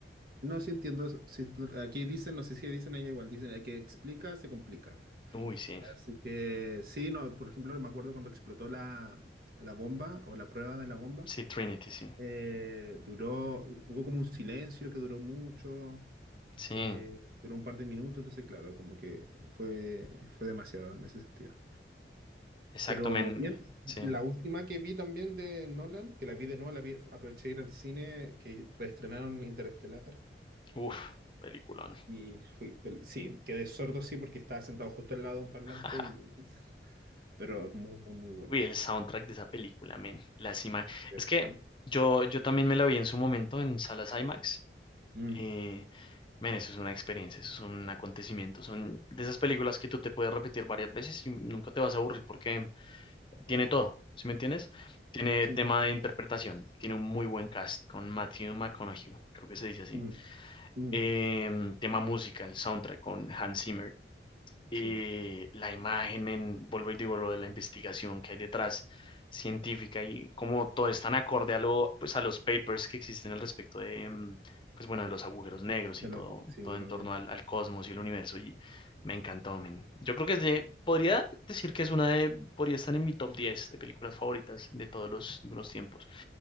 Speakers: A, on the right; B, on the left.
A: no, sí entiendo. Sí, aquí dicen, no sé si dicen allá igual, dicen, el que explica, se complica.
B: uy, sí,
A: Así que sí, no, por ejemplo, me acuerdo cuando explotó la, la bomba o la prueba de la bomba.
B: sí, Trinity, sí,
A: Eh, duró, hubo como un silencio que duró mucho,
B: sí.
A: eh, duró un par de minutos, entonces claro, como que fue, fue demasiado en ese sentido.
B: Exacto,
A: Pero
B: men.
A: bien,
B: Sí.
A: la última que vi también de Nolan, que la vi de nuevo, la vi, aproveché de ir al cine, que reestrenaron Interestelar.
B: Uf, peliculón.
A: Y fui, pel- sí, quedé sordo sí porque estaba sentado justo al lado de un parlante,
B: <laughs>
A: y, pero es muy, muy, muy buena.
B: Uy, el soundtrack de esa película, men. Las ima-
A: ¿Cierto?
B: Es que yo, yo también me la vi en su momento en salas IMAX.
A: Mm,
B: Eh, men, eso es una experiencia, eso es un acontecimiento. Son de esas películas que tú te puedes repetir varias veces y nunca te vas a aburrir porque tiene todo, ¿sí me entiendes? Tiene
A: sí,
B: tema de interpretación, tiene un muy buen cast con Matthew McConaughey, creo que se dice así.
A: mm, mm,
B: Eh, tema música, el soundtrack con Hans Zimmer.
A: sí,
B: eh, la imagen, men, vuelvo y digo lo de la investigación que hay detrás científica y cómo todo es tan acorde a lo, pues a los papers que existen al respecto de, mm, pues bueno, de los agujeros negros
A: de
B: y todo,
A: los, sí,
B: todo
A: de
B: en
A: los
B: torno
A: guiones.
B: al, al cosmos y el universo y me encantó, men. Yo creo que es de, podría decir que es una de, podría estar en mi top 10 de películas favoritas de todos los, de los tiempos.